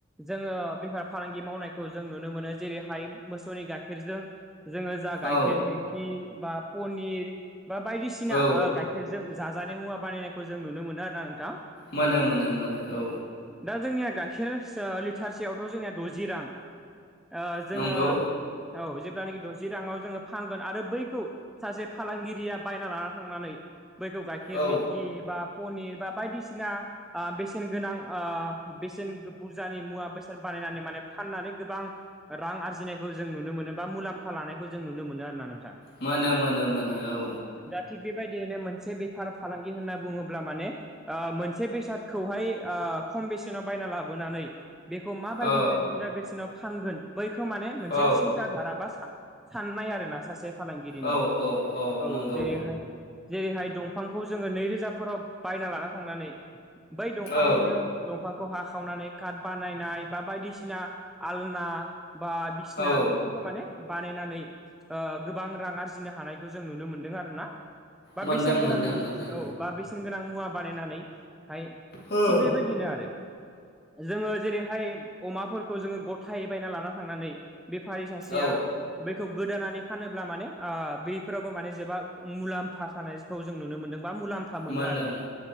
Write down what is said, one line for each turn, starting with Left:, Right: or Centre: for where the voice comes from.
Centre: जोङो बेफार फालांगि मावनायखौ जों नुनो मोनो। जेरैहाय मोसौनि गाइखेरजों जोङो जा गाइखेर
Left: औ
Centre: मैखि बा पनिर बा बायदिसिना
Left: औ
Centre: ओ गाय खेरजों जाजानाय मुवा बानायनायखौ जों नुनो मोनो आरो ना नोंथां।
Left: मोनो मोनो मोनो औ।
Centre: दा जोंनिया गाइखेर लिटारसेयावथ' जोंनिया द'जि रां ओ जोङो
Left: नंगौ
Centre: औ जेब्लानाखि द'जि राङाव जोङो फानगोन आरो बैखौ सासे फालांगिरिया बायना लाना थांनानै बैखौ गाइखेर
Left: औ
Centre: मिकि बा पनिर बा बायदिसिना ओ बेसेन गोनां ओ बेसेन बुरजानि मुवा बेसाद बानायनानै माने फाननानै गोबां रां आरजिनायखौ जों नुनो मोनो बा मुलाम्फा लानायखौ जों नुनो मोनो आरो ना नोंथां।
Left: मोनो मोनो मोनो औ।
Centre: दा थिग बेबायदियैनो मोनसे बेफार फालांगि होनना बुङोब्ला माने, ओ मोनसे बेसादखौहाय ओ खम बेसेनाव बायना लाबोनानै बेखौ माबायदिहाय
Left: ओ
Centre: बुरजा बेसेनाव फानगोन बैखौ माने मोनसे
Left: औ
Centre: था राबा साननाय आरो ना सासे फालांगिरिनि
Left: औ औ
Centre: औ
Left: नंगौ
Centre: जेरैहाय जेरैहाय दंफांखौ जोङो नैरोजाफोराव बायना लाना थांनानै बै दंफांनिनो
Left: औ
Centre: दंफांखौ हाखावनानै कार्ट बानायनाय बा बायदिसिना आलना बा बिसिना
Left: औ
Centre: बैफोरखौ माने बानायनानै गोबां रां आरजिनो हानायखौ जों नुनो मोनदों आरोना बा
Left: मोनदों
Centre: बेसेन गोनां
Left: मोनदों मोनदों
Centre: औ बा बेसेन गोनां मुवा बानायनानैहाय
Left: हो
Centre: थिग बे बायदिनो आरो जोङो जेरैहाय अमाफोरखौ जोङो गथायै बायना लाना थांनानै बेफारि सासेया
Left: औ
Centre: बेखौ गोदानै फानोब्ला माने बेफोरावबो माने जोबा मुलाम्फा थानाय खौ जों नुनो मोन्दों बा मुलाम्फा मोनो
Left: मोनदों
Centre: आरोना